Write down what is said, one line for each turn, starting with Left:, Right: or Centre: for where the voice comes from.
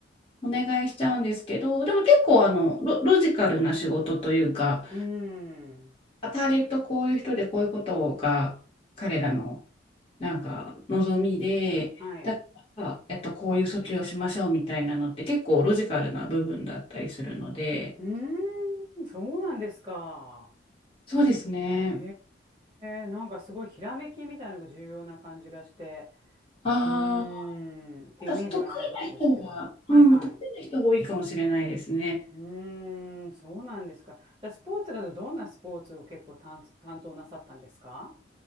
Left: ん、お願いしちゃうんですけど、でも結構あのロ、ロジカルな仕事というか、
Right: ーん。
Left: あターゲットこういう人でこういうことが彼らのなんか望みで、
Right: はい。
Left: だから、えっと、こういう訴求をしましょうみたいなのって結構ロジカルな部分だったりするので、
Right: うーん、そうなんですか。
Left: そうですね。
Right: へえ、なんかすごいひらめきみたいなのが重要な感じがして、
Left: ああ、
Right: うーん、ってイメージがなんかあるんですけど。
Left: 得意な人は、
Right: はいはい。
Left: うん、得意な人が多いかもしれないですね。
Right: うーん、そうなんですか。じゃあスポーツだとどんなスポーツを結構担担当なさったんですか